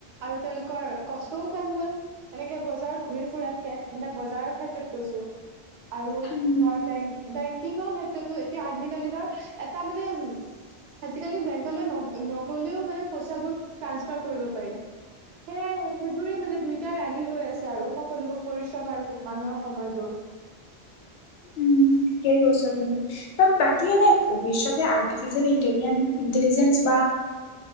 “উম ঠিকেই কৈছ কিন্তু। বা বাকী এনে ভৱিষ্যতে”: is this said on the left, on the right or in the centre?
Left